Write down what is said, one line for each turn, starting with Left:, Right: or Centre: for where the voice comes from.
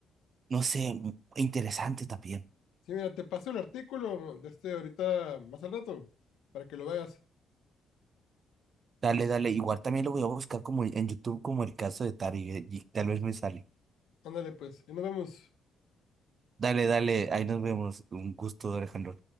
Right: no sé, mu- interesante también.
Left: Sí, mira, te paso el artículo de este ahorita más al rato para que lo veas.
Right: Dale, dale. Igual también lo voy a buscar como en YouTube, como el caso de Tari, y, y tal vez me sale.
Left: Ándale, pues, y nos vemos.
Right: Dale, dale. Ahí nos vemos. Un gusto, Alejandro.